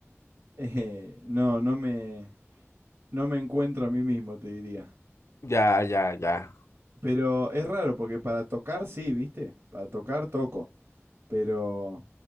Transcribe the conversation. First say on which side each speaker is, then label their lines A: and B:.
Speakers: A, on the right (about 60°); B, on the left (about 70°).
A: Eh, no, no me, no me encuentro a mí mismo, te diría.
B: Ya, ya, ya.
A: Pero es raro, porque para tocar sí, ¿viste? Para tocar toco, pero,